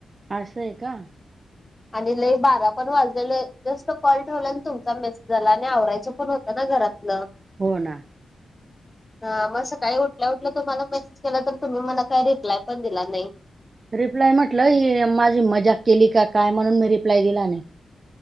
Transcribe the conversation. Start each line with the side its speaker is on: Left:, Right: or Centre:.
Right: असय का?
Left: आणि लई बारा पण वाजलेलं जस्ट कॉल ठेवला आणि तुमचा मेसेज झाला आणि आवरायच पण होत ना घरात. ल
Right: हो ना.
Left: <inaudible> हा मग सकाळी उठल्या उठल्या तुम्हाला मेसेज केला तर तुम्ही मला काही रिप्लाय पण दिला नाही.
Right: रिप्लाय म्हटलं ही माझी मजाक केली का काय म्हणून मी रिप्लाय दिला नाही.